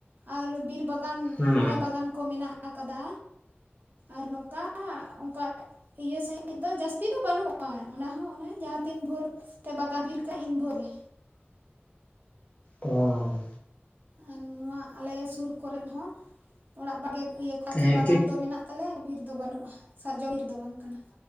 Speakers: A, on the right (about 45°); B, on the left (about 30°).
A: ᱟᱨ ᱵᱤᱨ ᱵᱟᱜᱟᱱ ᱵᱟᱜᱟᱱ
B: ᱦᱩᱸ
A: ᱨᱚᱦᱚᱭ ᱵᱟᱜᱟᱱ ᱠᱚ ᱢᱮᱱᱟᱜ ᱟᱠᱟᱫᱟ ᱟᱨ ᱱᱚᱝᱠᱟ ᱚᱱᱠᱟ ᱤᱭᱟᱹ ᱥᱟᱺᱦᱤᱡ ᱫᱚ ᱡᱟᱹᱥᱛᱤ ᱫᱚ ᱵᱟᱹᱱᱩᱜᱼᱟ᱾ ᱚᱱᱟ ᱦᱚᱸ ᱚᱱᱮ ᱡᱟᱦᱟᱸ ᱛᱤᱱ ᱵᱷᱳᱨ ᱛᱮ ᱵᱟᱜᱟ ᱵᱤᱨᱠᱟ ᱤᱱ ᱵᱷᱳᱜᱮ᱾
B: ᱚᱻ
A: ᱟᱨ ᱱᱚᱣᱟ ᱟᱞᱮ ᱥᱩᱨ ᱠᱚᱨᱮᱜ ᱦᱚᱸ ᱚᱲᱟᱜ ᱵᱟᱜᱮ ᱤᱭᱟᱹ ᱠᱷᱚᱡ
B: ᱦᱮᱸ
A: ᱜᱮ ᱵᱟᱜᱟᱱ
B: ᱴᱷᱤᱠ
A: ᱫᱚ ᱢᱮᱱᱟᱜ ᱛᱟᱞᱮᱭᱟ ᱵᱤᱨ ᱫᱚ ᱵᱟᱹᱱᱩᱜᱼᱟ, ᱥᱟᱨᱡᱚᱢ ᱵᱤᱨ ᱫᱚ ᱵᱟᱝ ᱠᱟᱱᱟ᱾